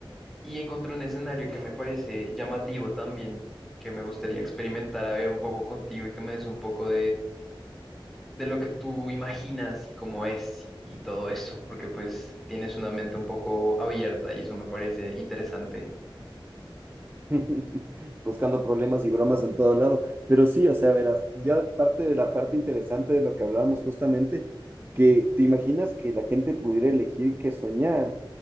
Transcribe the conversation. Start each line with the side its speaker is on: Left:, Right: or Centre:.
Centre: y encontré un escenario que me parece llamativo también, que me gustaría experimentar a ver un poco contigo y que me des un poco de lo que tú imaginas y cómo es y todo eso, porque pues tienes una mente un poco abierta y eso me parece interesante.
Right: <laughs> buscando problemas y bromas en todo lado. Pero sí, o sea, verás, ya de parte de la parte interesante de lo que hablábamos justamente, que te imaginas que la gente pudiera elegir qué soñar.